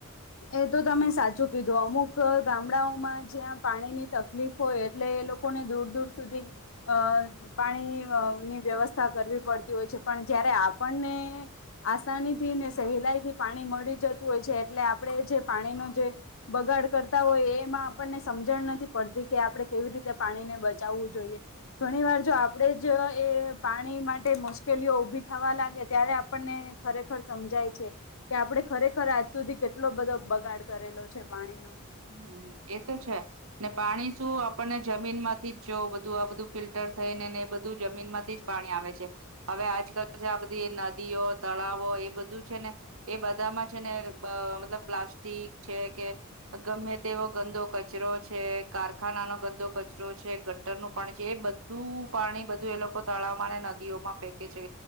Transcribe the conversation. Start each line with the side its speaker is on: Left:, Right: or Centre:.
Left: એ તો તમે સાચું કીધું અમુક ગામડાઓમાં જ્યાં પાણી ની તકલીફ હોય એટલે લોકોને દૂર દૂર સુધી અ પાણી ની વ્યવસ્થા કરવી પડતી હોય છે પણ જયારે આપણને આસાની થી ને સહેલાઈ થી પાણી મળી જતું હોય છે એટલે આપ આપણે જે પાણીનો જે બગાડ કરતા હોય એમાં આપણને સમજણ નથી પડતી કે આપડણે કેવી રીતે પાણીને બચાવવું જોઈએ ઘણી વાર જો આપણેે જ એ પાણી માટે મુશ્કેલીઓ ઉભી થવા લાગે ત્યારે આપને ખરેખર સમજાય છે કે આપણે ખરેખર આજ સુધી કેટ એટલો બધો બગાડ કરેલો છે પાણીનો
Right: હમ્મ એ તો છે ને પાણી શું આપણને જમીન માંથી જ જો બધું આ બધું ફિલ્ટર થઈને ને બધું જમીન માંથી જ પાણી આવે છે હવે આજ આ બધી નદીઓ, તળાવો એ બધુ છે ને એ બધામાં છે ને બ મતલબ પ્લાસ્ટિક છે કે ગમે તેવો ગંદો કચરો છે, કારખાના નો ગંદો કચરો છે, ગટ્ટર નું પાણી છે, એ બધ બધું પાણી બધું એ લોકો તળાવમાં અને નદીઓમાં ફેંકે છે